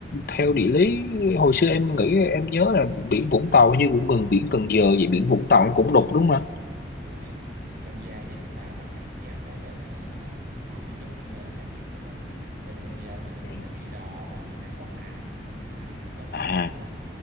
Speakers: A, on the left; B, on the right.
A: theo địa lý hồi xưa em nghĩ em nhớ là biển Vũng Tàu như cũng gần biển Cần Giờ vậy biển Vũng Tàu nó cũng đục đúng không anh
B: đúng rồi em Cần Giờ với Vũng Tàu nó cách nhau cái bên ờ, hầu như giống như là láng giềng cái bên này. từ Cần Giờ mà mình
A: Dạ.
B: có thể đi đò qua hiện nay nó có phà phà đi thẳng qua Vũng
A: à
B: Tàu luôn